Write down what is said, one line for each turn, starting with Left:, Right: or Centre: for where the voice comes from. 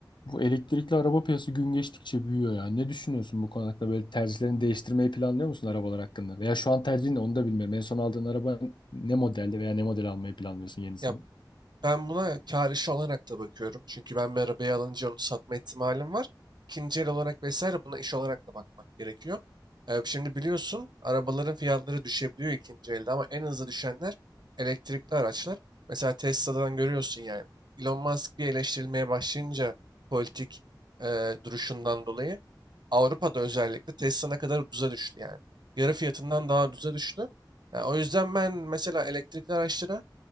Left: Bu elektrikli araba piyasası gün geçtikçe büyüyor ya. Ne düşünüyorsun bu konu hakkında? Böyle tercihlerini değiştirmeyi planlıyor musun arabalar hakkında? Veya şu an tercihin ne onu da bilmiyorum. En son aldığın araba ne modelde veya ne model almayı planlıyorsun yenisini?
Right: Ya ben buna kar işi olarak da bakıyorum. Çünkü ben bir arabayı alınca onu satma ihtimalim var. İkinci el olarak vesaire buna iş olarak da bakmak gerekiyor. Ee, şimdi biliyorsun arabaların fiyatları düşebiliyor ikinci elde ama en hızlı düşenler elektrikli araçlar. Mesela Tesla'dan görüyorsun yani. Elon Musk bir eleştirilmeye başlayınca politik e, duruşundan dolayı Avrupa'da özellikle Tesla ne kadar ucuza düştü yani. Yarı fiyatından daha ucuza düştü. Yani o yüzden ben mesela elektrikli araçlara